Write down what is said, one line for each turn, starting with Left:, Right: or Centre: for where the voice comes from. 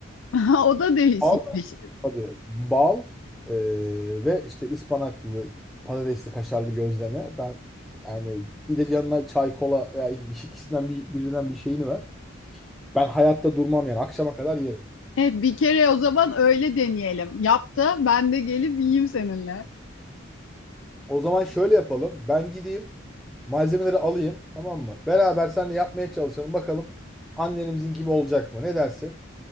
Left: <laughs> O da değişik
Centre: Bal?
Left: bir şey.
Centre: Tabii. Bal e, ve işte ıspanaklı, patatesli, kaşarlı gözleme. Ben yani bir de yanına çay, kola veya ikisinden bir, birinden bir şeyini ver. Ben hayatta durmam yani akşama kadar yerim.
Left: E, bir kere o zaman öyle deneyelim. Yap da ben de gelip yiyeyim seninle.
Centre: O zaman şöyle yapalım. Ben gideyim malzemeleri alayım tamam mı? Beraber seninle yapmaya çalışalım. Bakalım annemizin gibi olacak mı? Ne dersin?